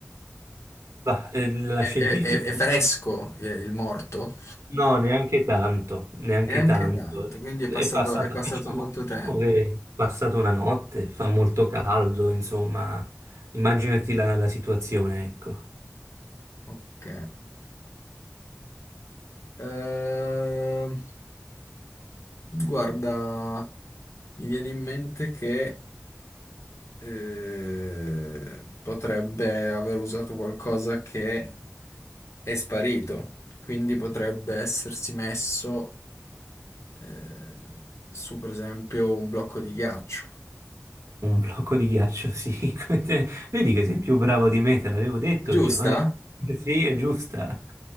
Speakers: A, on the right; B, on the left.
A: Ma, eh, la
B: È,
A: scientifica...
B: è- è- è fresco eh, il morto?
A: No, neanche tanto, neanche
B: Neanche
A: tanto.
B: tanto, quindi
A: È
B: è passato,
A: passata,
B: è passato
A: facciamo,
B: molto
A: diciamo
B: tempo.
A: che è passata una notte, fa molto caldo, insomma, immaginati la, la situazione, ecco,
B: Ok. Ehm, guarda, mi viene in mente che eh, potrebbe aver usato qualcosa che è sparito, quindi potrebbe essersi messo eh, su, per esempio, un blocco di ghiaccio.
A: un blocco di ghiaccio, sì. <laughs> come te. Vedi che sei più bravo di me, te l'avevo detto
B: Giusta?
A: io, eh. Sì, è giusta.